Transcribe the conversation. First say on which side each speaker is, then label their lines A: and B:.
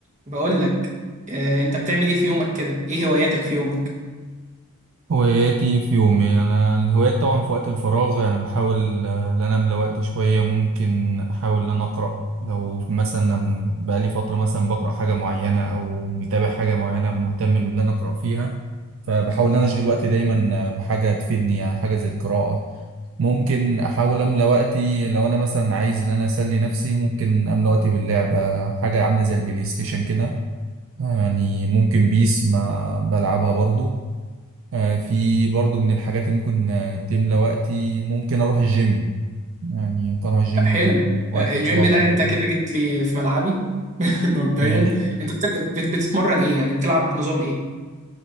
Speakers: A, on the right (about 30°); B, on the right (about 60°).
A: بقول لك آه، انت بتعمل ايه في يومك كده ايه هواياتك في يومك
B: هواياتي في يومي انا الهوايات طبعا في وقت الفراغ يعني بحاول آه، ان انا املى وقت شويه ممكن احاول ان انا اقرا لو مثلا أنا بقالي فتره مثلا بقرا حاجه معينه او متابع حاجه معينه مهتم ان انا اقرا فيها فبحاول ان انا اشغل وقتي دايما آه، بحاجه تفيدني يعني حاجه زي القراءه ممكن احاول املى وقتي لو انا مثلا عايز ان انا اسلي نفسي ممكن املى وقتي باللعبه حاجه عامله زي البلاي ستيشن كده يعني ممكن بيس ما بلعبها برضو آه، في برضو من الحاجات اللي ممكن آه، تملى وقتي ممكن اروح الجيم يعني ممكن اروح الجيم
A: آه، حلو
B: وقت
A: آه،
B: الفراغ
A: الجيم ده
B: برضو.
A: انت كده جيت لي في ملعبي <laughs> مبدئيا
B: ماشي
A: انت بتل... بت... بتتمرن ايه يعني بتلعب بنظام ايه